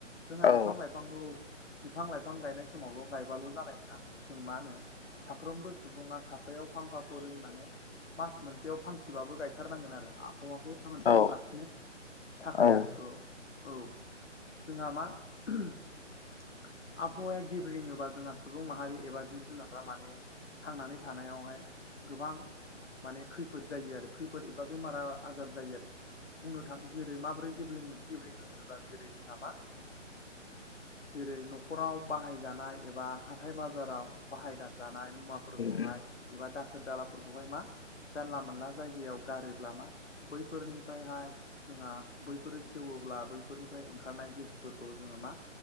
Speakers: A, on the left; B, on the left.
A: जोंहा
B: औ
A: बिफां लाइफांखौ बिफां लाइफां गायनाय समावल' गायबाल' जानाय नङा जों मा होनो साफ्रोमबो सुबुङा साफायाव फांफा खरै माने मास मोनसेयाव फांसेबाबो गायथारनांगोन आरो आबहावाखौ साखोन सिखोन
B: औ
A: लाखिनो थाखाय
B: औ उम
A: आरो अ औ जोंहा मा आबहावाया गेब्रेङोबा जोंहा सुबुं माहारि एबा जिब मा माने थांनानै थानायावहाय गोबां माने खैफोद जायो आरो खैफोद एबा बेमारा आजार जायो आरो बुंनो थाङो जेरै माबोरै गेबे गेब्लेङो होनोबा जेरै जोंहा मा जेरै न'खराव बाहायजानाय एबा हाथाय बाजाराव बाहायगारजानाय मुवाफोरखौहाय
B: उम
A: एबा दाखोर दालाफोरखौहाय मा जानला मोनला जायगायाव गारोब्ला मा बैफोरनिफ्रायहाय जोंहा बैफोरो सेवोब्ला बैफोरनिफ्राय ओंखारनाय गेसफोरखौ जोङो मा